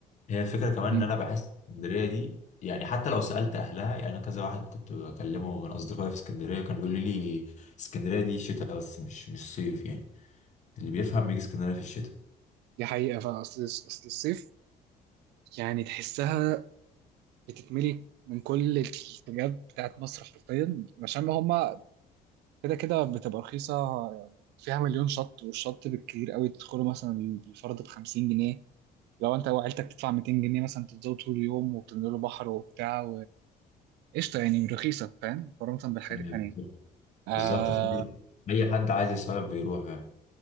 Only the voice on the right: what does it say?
أمم،
دي حقيقه فاصل اصل الصيف يعني تحسها بتتملي من كل الاتجاهات بتاعت مصر حرفيا عشان هما كده كده بتبقى رخيصه فيها مليون شط والشط بالكتير قوي تدخله مثلا بالفرد ب 50 جنيه لو انت وعيلتك تدفع 200 جنيه مثلا تفضلوا طول اليوم وبتنزلوا بحر وبتاع قشطه يعني رخيصه فاهم مقارنه بالحاجات
التانيه
اه